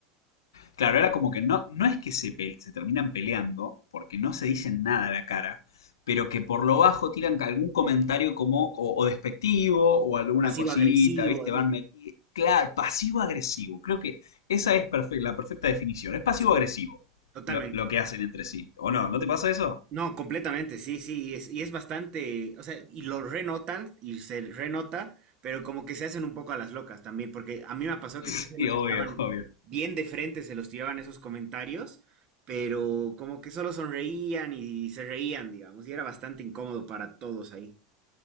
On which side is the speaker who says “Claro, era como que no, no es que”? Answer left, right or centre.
Left